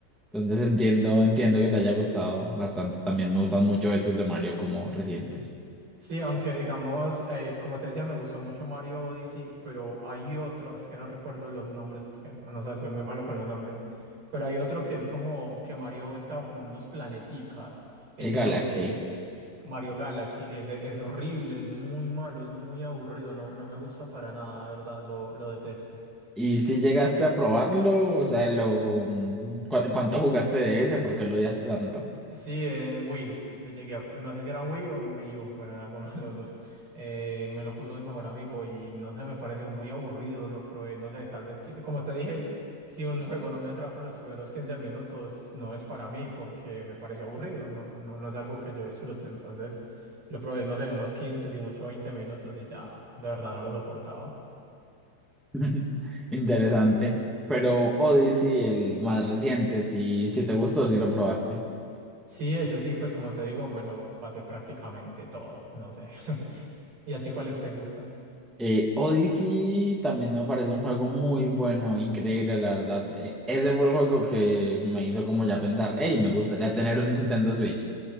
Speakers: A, in the centre; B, on the right (about 60°).
A: Entonces entiendo, entiendo que te haya gustado bastante. También me gustan mucho esos de Mario como recientes.
B: Sí, aunque digamos, eh, como te decía, me gustó mucho Mario Odyssey, pero hay otro, es que no recuerdo los nombres, porque no, no sé, soy muy malo con los nombres, pero hay otro que es como que Mario estaba como en unos planeticas, ese
A: El Galaxy.
B: lo odié, Mario Galaxy, ese es horrible, es muy malo, es muy aburrido, no, no me gusta para nada, de verdad, lo, lo detesto.
A: ¿Y si llegaste a probarlo? O sea, lo, mm, ¿cu- ¿cuánto jugaste de ese? ¿Por qué lo odiaste tanto?
B: Sí, en Wii, lo llegué a- no sé si era en Wii o en Wii U, bueno, en alguno de los dos. Eh, me lo puso mi mejor amigo y no sé, me pareció muy aburrido, lo probé, no sé, tal vez, que- como te dije, si un juego no me atrapa en los primeros 15 minutos, no es para mí porque me pareció aburrido, no, no, no es algo que yo disfrute, entonces lo probé, no sé, unos 15 y mucho 20 minutos y ya, de verdad no lo soportaba.
A: <laughs> Interesante. Pero Odyssey, el más reciente, si, si te gustó, si lo probaste.
B: Sí, ese sí, pues como te digo, me lo pasé prácticamente todo, no sé. <laughs> ¿Y a ti cuáles te gustan?
A: Eh, Odyssey también me parece un juego muy bueno, increíble, la verdad. Eh, ese fue el juego que me hizo como ya pensar, hey, me gustaría tener un Nintendo Switch.